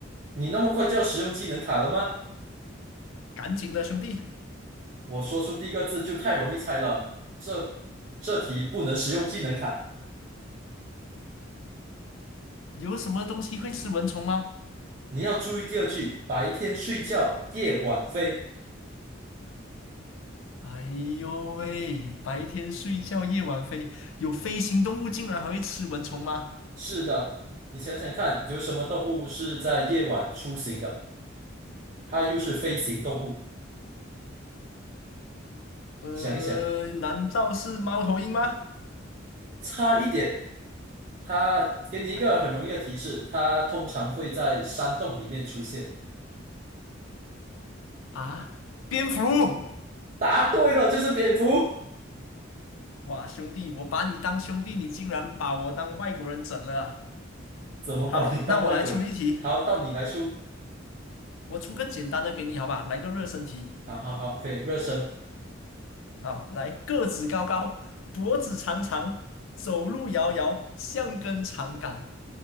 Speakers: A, on the right; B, on the left.
A: 你那么快就要使用技能卡了吗？
B: 赶紧的，兄弟，
A: 我说出第一个字就太容易猜了，这这题不能使用技能卡。
B: 有什么东西会吃蚊虫吗？
A: 你要注意第二句，白天睡觉，夜晚飞。
B: 哎呦喂，白天睡觉，夜晚飞，有飞行动物竟然还会吃蚊虫吗？
A: 是的，你想想看，有什么动物是在夜晚出行的？它又是飞行动物。
B: 呃，
A: 想一想，
B: 难道是猫头鹰吗？
A: 差一点。它给你一个很容易的提示，
B: 哎
A: 它通常会在山洞里面出现。
B: 啊，蝙蝠！
A: 答对了，就是蝙蝠。
B: 哇，兄弟，我把你当兄弟，你竟然把我当外国人整了啊
A: 怎么把你当外国人？
B: 好，那我来出一题，
A: 好，到你来出。
B: 我出个简单的给你，好吧？来个热身题。
A: 好好好，可以热身。
B: 好，来，个子高高，脖子长长，走路摇摇，像根长杆，